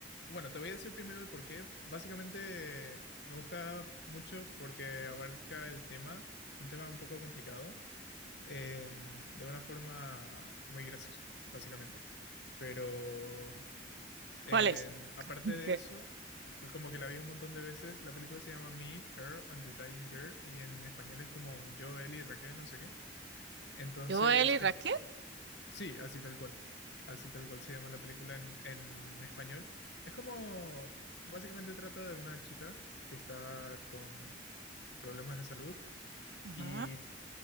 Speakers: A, on the left; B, on the right.
A: Bueno, te voy a decir primero el por qué. Básicamente me gusta mucho porque abarca el tema, un tema un poco complicado en- de una forma muy graciosa, básicamente. Pero en-
B: ¿Cuál es?
A: aparte
B: <laughs>
A: de eso,
B: Ok.
A: c- como que la vi un montón de veces, la película se llama Me, Earl and the Dying Girl y en español es como Yo, él y Raquel, no sé qué. Entonces,
B: Yo, y Raquel.
A: es- sí, así tal cual. Así tal cual se llama la película en, en español. Es como, básicamente trata de una chica que está con problemas de salud.
B: Ajá,
A: Y